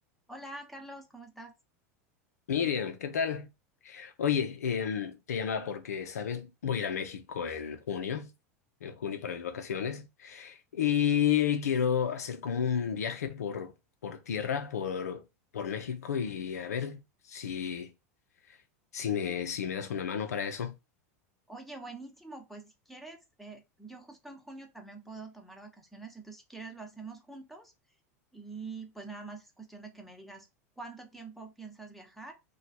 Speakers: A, in the centre; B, on the left (about 85°).
A: Hola Carlos, ¿cómo estás?
B: Miriam, ¿qué tal? Oye, em, te llamaba porque, ¿sabes? Voy a ir a México en junio, en junio para mis vacaciones, y quiero hacer como un viaje por, por tierra, por, por México, y a ver si, si me, si me das una mano para eso.
A: Oye, buenísimo, pues si quieres, eh, yo justo en junio también puedo tomar vacaciones, entonces si quieres lo hacemos juntos y pues nada más es cuestión de que me digas cuánto tiempo piensas viajar